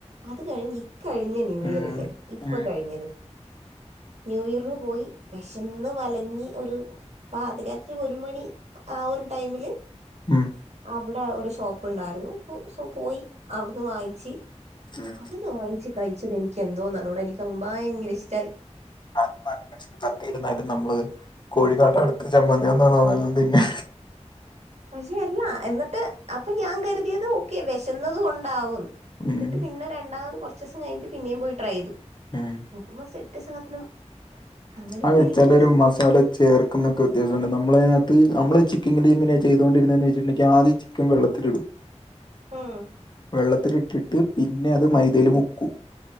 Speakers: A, on the right; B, on the left.
A: അത് കഴിഞ്ഞ് ഇക്കഴിഞ്ഞ ന്യൂ ഇയർ
B: ഏഹ്
A: ഇല്ലേ ഇപ്പൊ
B: ഉം
A: കഴിഞ്ഞത് ന്യൂ ഇയറിന് പോയി വിഷ ചെന്ന് വലങ്ങി ഒരു പതിരാത്രി ഒരു മണി ആ ഒരു ടൈമില്
B: ഉം
A: അവിടെ ഒരു ഷോപ്പ് ഉണ്ടായിരുന്നു അപ്പൊ സോ പോയി അവിടുന്ന് വാങ്ങിച്ച്
B: ഉം
A: അവിടുന്ന് വാങ്ങിച്ച് കഴിച്ചത് എനിക്ക് എന്തോന്നറിഞ്ഞൂടാ എനിക്ക് ഭയങ്കര ഇഷ്ടമായി
B: ആക്ഷ കത്തിയിരുന്നാലും നമ്മള് കോഴിക്കാട്ട അടുത്ത ചമ്മന്തി ഒന്നാണോ നല്ലതിന്നെ
A: പക്ഷെ അല്ല എന്നിട്ട് അപ്പൊ ഞാൻ കരുതിയത് ഓക്കെ വിശന്നതും കൊണ്ടാവുംന്ന്
B: ഉം
A: എന്നിട്ട് പിന്നെ രണ്ടാമത് കുറച്ച ദിവസം കഴിഞ്ഞിട്ട പിന്നേ പോയി ട്രൈ ചെയ്തു
B: ഉം
A: നോക്കുമ്പ സെറ്റ് സാധനം അങ്ങനെയാണ്
B: അത്
A: എനിക്കതിഷ്ടം
B: ചില ഒരു മസാല ചേർക്കുന്നൊക്കെ വ്യത്യാസമണ്ട് നമ്മളതിനകത്ത് നമ്മൾ ചിക്കിങ്ങില എങ്ങനെ ചെയ്തുകണ്ടിരുന്നതെന്ന് വച്ചിട്ടണ്ടെങ്കിൽ ആദ്യം ചിക്കൻ വെള്ളത്തിലിടും
A: ഉം
B: വെള്ളത്തിലിട്ടിട്ട് പിന്നെ അത് മൈദയിൽ മുക്കും